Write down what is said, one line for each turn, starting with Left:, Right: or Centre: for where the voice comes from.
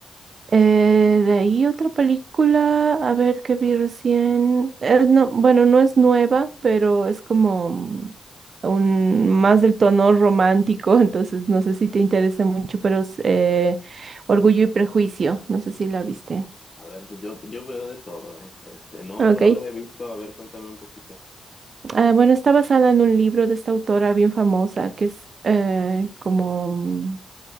Right: eh, de ahí otra película, a ver qué vi recién, eh, no, bueno, no es nueva, pero es como mm, un, más del tono romántico, <laughs> entonces no sé si te interesa mucho, pero es eh, Orgullo y Prejuicio, no sé si la viste.
Left: A ver, pues yo, yo veo de todo, ¿eh? Este, no,
Right: Ok,
Left: no la he visto. A ver, cuéntame un poquito.
Right: ah, bueno, está basada en un libro de esta autora bien famosa que es eh, como...